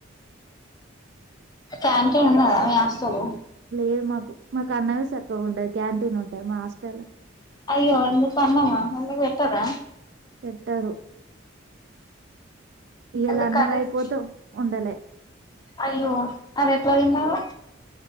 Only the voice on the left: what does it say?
క్యాంటిన్ ఉన్నాయా మీ హాస్టల్ లో
అయ్యో ఏం జేస్త అన్నము మెల్లగా పెట్టాదా
ఎందుకు
కర్రీస్
అయ్యో అది ఎట్లా తిన్నవే